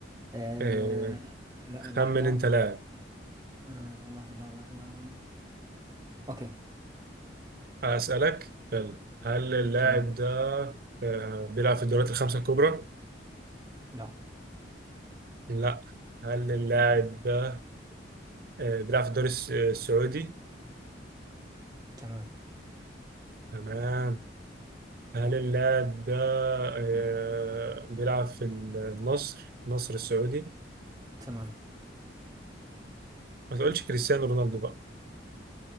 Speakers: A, on the right (about 20°); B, on the right (about 50°).
A: أه
B: آه،
A: لا
B: خمن
A: لحظة
B: انت لاعب
A: أه لحظة لحظة أوكي
B: اسالك يلا هل اللاعب
A: تمام
B: ده آه، بيلعب في الدوريات الخمسه الكبرى
A: لا
B: لا هل اللاعب ده آه، بيلعب في الدوري الس- السعودي
A: تمام
B: تمام هل اللاعب ده آه، بيلعب في النصر النصر السعودي
A: تمام
B: ما تقولش كريستيانو رونالدو بقى